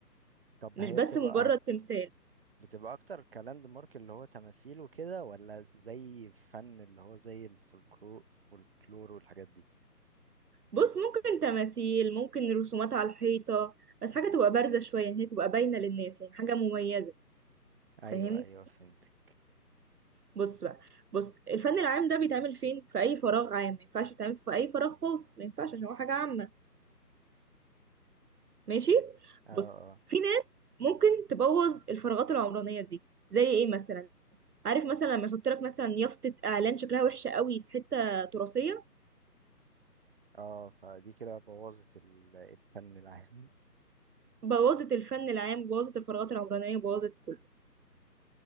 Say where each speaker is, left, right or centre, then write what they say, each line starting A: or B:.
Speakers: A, on the right; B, on the right.
A: طب
B: مش
A: هي
B: بس
A: بتبقى
B: مجرد تمثال
A: بتبقى اكتر كلاند مارك اللي هو تماثيل وكده ولا زي فن اللي هو زي الفولكلور فولكلور والحاجات دي
B: بص ممكن تماثيل ممكن رسومات على الحيطة بس حاجة تبقى بارزة شوية يعني هي تبقى باينة للناس يعني حاجة مميزة
A: ايوه
B: فاهمني
A: ايوه فهمت
B: بص بقى بص الفن العام ده بيتعمل فين في اي فراغ عام ما ينفعش يتعمل في اي فراغ خاص ما ينفعش عشان هو حاجة عامة ماشي
A: ايه اه
B: بص
A: اه
B: في ناس ممكن تبوظ الفراغات العمرانيه دي زي ايه مثلا عارف مثلا لما يحط لك مثلا يافطه اعلان شكلها وحشه قوي في حته تراثيه
A: اه فدي كده بوظت ال- الفن العام
B: بوظت الفن العام بوظت الفراغات العمرانيه بوظت كله